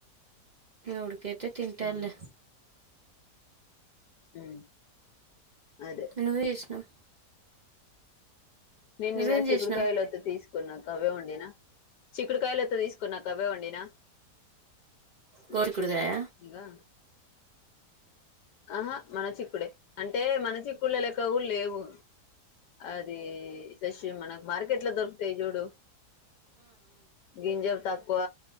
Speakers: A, on the right; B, on the left.
A: ఉడుకేతే తింటడులే
B: హ్మ్. హు అదే
A: నువ్వేం చేసినావు
B: నిేను
A: నువ్వేం
B: నిన్న చికుడుకాయలతో
A: చేసినావు
B: తీసుకున్నాకు అవే ఉండినా చిక్కుడుకాయలు ఓతే తీసుకు కున్నాక్క అవేవండినా హు
A: గోడికుడుగాయ
B: ఇగా ఆహా మన చిక్కుడే అంటే మన చిక్కుళ్ళలెక్క కూడా లేవు అది ఫ్రెష్ గ మనకు మార్కెట్ లో దొరుకుతయి చూడు గింజలు తక్కు క్కువ